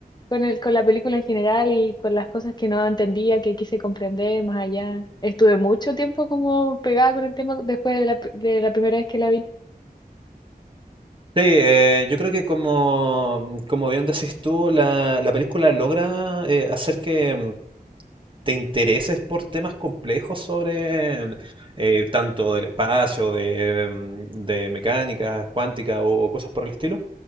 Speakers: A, on the left; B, on the right.
A: con el, con la película en general y con las cosas que no entendía, que quise comprender más allá. Estuve mucho tiempo como pegada con el tema después de la, de la primera vez que la vi.
B: Sí, eh, yo creo que como, como bien decís tú, la, la película logra eh, hacer que mm, te intereses por temas complejos sobre eh, tanto del espacio, de, mm, de mecánica cuántica o cosas por el estilo.